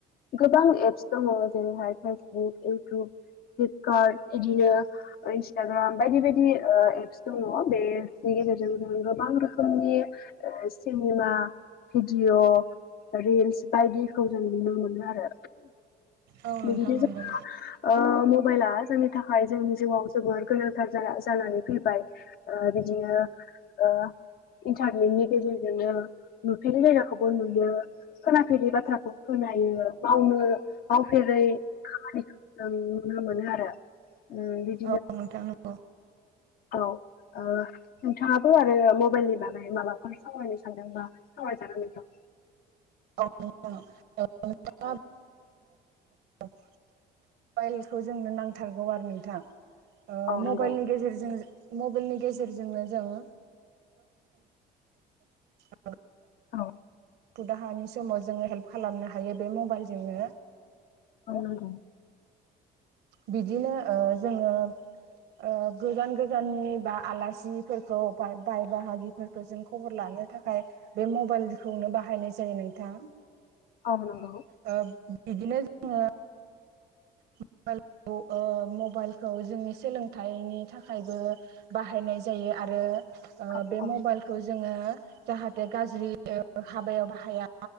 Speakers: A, on the left (about 60°); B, on the right (about 75°).
A: गोबां एप्स दङ जेरैहाय फेसबुक, इउटुब फ्लिपकार्ट इदिनो ओ इन्स्टाग्राम बायदि बायदि ओ एप्स दङ बे सि गेजेरजों जों गोबां रोखोमनि ओ सिनेमा भिडिअ' रिल्स बायदिखौ जों नुनो मोनो आरो
B: औ नोंथां
A: बिदिनो
B: नंगौ
A: जोङो ओ मबाइलआ ज जोंनि थाखाय जोंनि जिउआव जोबोर गोनांथार जाना जानानै फैबाय ओ बिदिनो ओ इन्थारनेटनि गेजेरजोंनो नुफेरै जायगाखौबो नुयो खोनाफेरि बाथ्राखौ खोना नो हायो मावनो मावफेरै खामानिखो जों नुनो मोनो आरो उम बिद
B: औ नोंथां नंगौ।
A: औ ओ नोंथाङाबो आरो मबाइलनि बागै माबाफोर सावरायनो सानदोंबा सावरायजागोन नोंथां
B: औ <unintelligible> ने ओ
A: औ
B: ओ मबाइलखौ जोंनो नांथारगौ आरो नोंथां। ओ
A: औ
B: मबाइलनि
A: नंगौ
B: गेजेरजों जो मबाइलनि गेजेरजोंनो जों ओ <unintelligible>
A: औ
B: राहानि समाव जोङो हेल्प खालामनो हायो बे मबाइल जोंनो
A: औ नंगौ।
B: बिदिनो ओ जोङो ओ गोजान गोजाननि बा आलासिफोरखौ बाय बाय बाहागिफोरखौ जों खबर लान नो थाखाय बे मबाइलखौनो बाहायनाय जायो नोंथां।
A: औ नंगौ।
B: ओ बिदिनो जोङो मबेल औ ओ मबाइलखौ जोंनि सोलोंथाइनि थाखायबो बाहायनाय जायो आरो ओ
A: औ
B: बे
A: औ
B: मबाइलखौ जोङो जाहाथे गाज्रि हाबायाव बाहाया